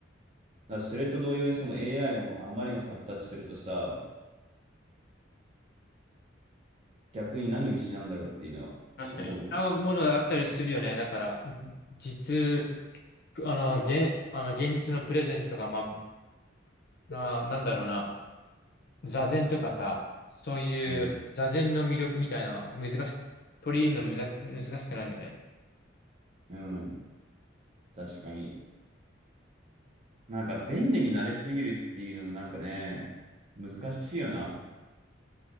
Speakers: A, on the right (about 30°); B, on the left (about 55°).
A: だからそれと同様にその AI がもうあまりにも発達するとさ、逆に何を失うんだろうっていうのは思うよね。
B: 確かに。合うものがあったりするよね。だから、じ実、あの、現、あの、現実のプレゼンスとか、まあ、な、なんだろうな。座禅とかさ、そういう座禅の魅力みたいな、
A: うん。
B: 難しく、取り入れるの難難しくなるよね。
A: うん。確かに。なんか便利になれすぎるっていうのもなんかね、難しいよな。